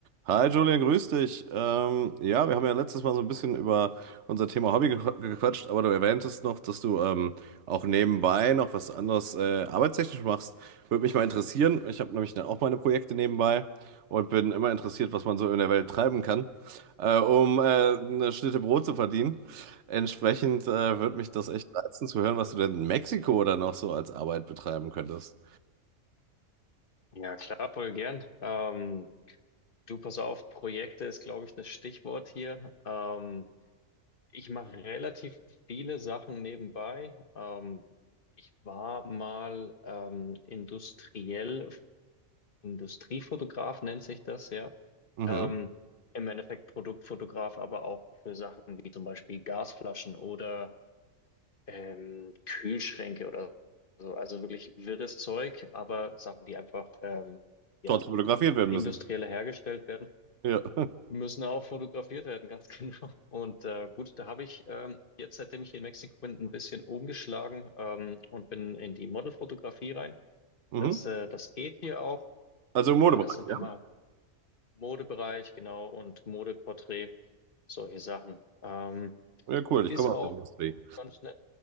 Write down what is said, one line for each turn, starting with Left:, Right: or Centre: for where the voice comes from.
Right: Hi Julian, grüß dich. Ähm, ja, wir haben ja letztes Mal so ein bisschen über unser Thema Hobby gequ- gequatscht, aber du erwähntest noch, dass du ähm, auch nebenbei noch was anderes äh, arbeitstechnisch machst. Würde mich mal interessieren. Ich habe nämlich dann auch meine Projekte nebenbei und bin immer interessiert, was man so in der Welt treiben kann, äh, um äh, eine Schnitte Brot zu verdienen. Entsprechend äh, würde mich das echt reizen zu hören, was du denn in Mexiko oder noch so als Arbeit betreiben könntest.
Left: Ja, klar, voll gern. Ähm, du, pass auf, Projekte ist, glaube ich, das Stichwort hier. Ähm, ich mache relativ viele Sachen nebenbei. Ähm, ich war mal ähm, industriell, Industriefotograf nennt sich das, ja.
Right: Mhm.
Left: Ähm, im Endeffekt Produktfotograf, aber auch für Sachen wie zum Beispiel Gasflaschen oder ähm, Kühlschränke oder so. Also wirklich wirres Zeug, aber Sachen, die einfach ähm, ja,
Right: Dort fotografiert werden
Left: industrieller
Right: müssen.
Left: hergestellt werden,
Right: Ja. <laughs>
Left: müssen auch fotografiert werden, ganz <laughs> genau. Und äh, gut, da habe ich ähm, jetzt, seitdem ich hier in Mexiko bin, ein bisschen umgeschlagen ähm, und bin in die Modelfotografie rein.
Right: Mhm.
Left: Das, äh, das geht hier auch,
Right: Also im Modebereich.
Left: aber das sind
Right: ja.
Left: immer Modebereich, genau, und Modeporträt, solche Sachen. Ähm,
Right: Ja, cool, ich
Left: ist
Right: komme
Left: auch
Right: aus der Industrie.
Left: ganz nett.